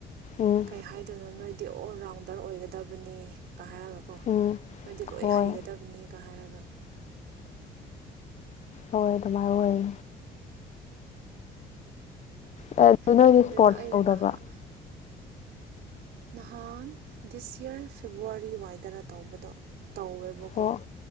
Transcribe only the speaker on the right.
ꯀꯩ ꯍꯥꯏꯗꯣꯏꯅꯣ ꯅꯣꯏ ꯗꯤ ꯑꯣꯜ ꯔꯥꯎꯟꯗꯔ ꯑꯣꯏꯒꯗꯕꯅꯤ ꯀ ꯍꯥꯏꯔꯒꯀꯣ
ꯅꯣꯏꯗꯤ ꯂꯣꯏ
ꯍꯩꯒꯗꯕꯅꯤꯒ ꯍꯥꯏꯔꯒ
ꯈꯪꯗꯦꯗ
ꯑꯩꯅ
ꯅꯍꯥꯟ ꯅꯍꯥꯟ ꯗꯤꯁ ꯌꯔ ꯐꯦꯕꯋꯥꯔꯤ ꯋꯥꯏꯗꯔ ꯇꯧꯕꯗꯣ ꯇꯧꯋꯦꯕꯀꯣ